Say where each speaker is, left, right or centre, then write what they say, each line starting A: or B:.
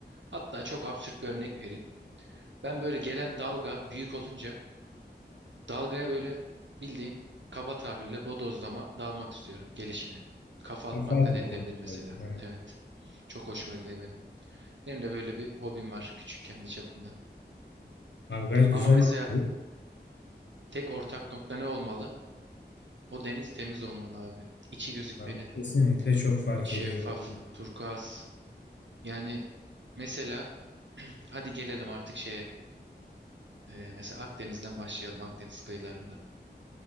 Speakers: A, on the right; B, on the left.
A: Hatta çok absürt bir örnek vereyim. Ben böyle gelen dalga büyük olunca dalgaya böyle bildiğin kaba tabirle bodozlama dalmak istiyorum gelişine. Kafa
B: Kafa
A: atmak
B: atmadım
A: da denilebilir mesela.
B: böyle. Aynen.
A: Evet. Çok hoşuma gidiyor benim. Benim de böyle bir hobim var küçük kendi çapımda.
B: Abi gayet
A: Ama
B: güzel
A: mesela
B: oldu.
A: tek ortak nokta ne olmalı? O deniz temiz olmalı abi. İçi gözükmeli.
B: Abi, kesinlikle çok fark
A: şeffaf,
B: ediyor. Yani.
A: turkuaz. Yani mesela hadi gelelim artık şeye. Ee, mesela Akdeniz'den başlayalım, Akdeniz kıyılarından.